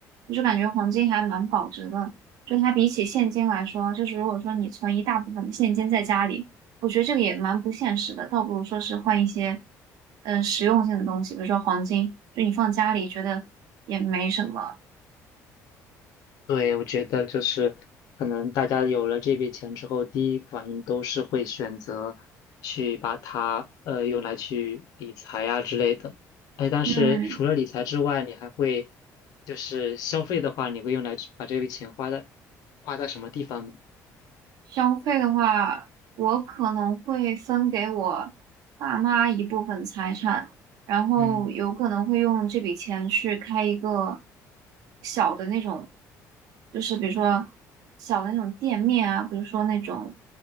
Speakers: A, on the right; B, on the left.
A: 我就感觉黄金还蛮保值的。就它比起现金来说，就是如果说你存一大部分的现金在家里，我觉得这个也蛮不现实的，倒不如说是换一些嗯、呃实用性的东西，比如说黄金，就你放家里觉得也没什么，
B: 对，我觉得就是可能大家有了这笔钱之后，第一反应都是会选择去把它呃用来去理财啊之类的。哎，但是除了理财之外，
A: 嗯。
B: 你还会就是消费的话，你会用来去把这笔钱花在花在什么地方呢？
A: 消费的话，我可能会分给我爸妈一部分财产，然后有可能会用这笔钱去开一个
B: 嗯，
A: 小的那种，就是比如说小的那种店面啊，比如说那种